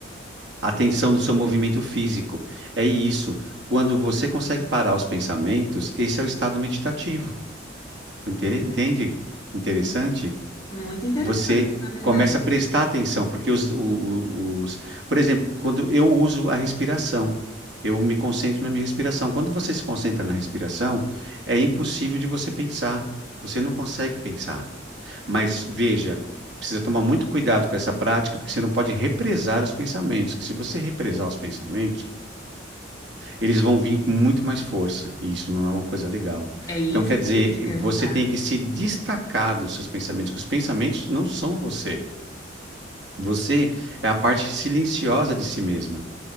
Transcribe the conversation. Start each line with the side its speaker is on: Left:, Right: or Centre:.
Right: a atenção do seu movimento físico. É isso. Quando você consegue parar os pensamentos, esse é o estado meditativo. Entende? Entende? Interessante?
Left: muito interessante,
Right: você
Left: na verdade.
Right: começa a prestar atenção, porque os, o- o- os, por exemplo, quando eu uso a respiração, eu me concentro na minha respiração. Quando você se concentra na respiração, é impossível de você pensar. Você não consegue pensar. Mas veja, precisa tomar muito cuidado com essa prática, porque você não pode represar os pensamentos, que se você represar os pensamentos, eles vão vir com muito mais força, e isso não é uma coisa legal.
Left: É isso
Right: Então, quer dizer,
Left: que eu ia te perguntar.
Right: você tem que se destacar dos seus pensamentos, que os pensamentos não são você. Você é a parte silenciosa de si mesma.